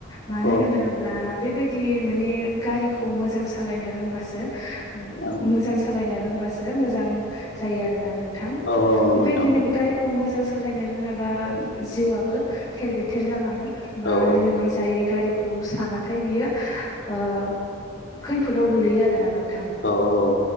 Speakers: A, on the left; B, on the left.
A: मानो
B: औ
A: होनोब्ला बेबायदि दि माने गारिखौ मोजां सालायनो रोंबासो
B: औ
A: मोजां सालायनो रोंबासो। मोजां जायो आरो ना नोंथां
B: औ नंगौ
A: बेबादिनो
B: नोंथां
A: गारिखौ मोजां सालायनो रोङा बा जिउआबो थेर बेथेर जालाङो बा
B: औ औ
A: लोङै जायै गारि खौ साबाथाय बियो ओ‌ खैफोदाव गोलैयो आरोना नों।
B: औ औ औ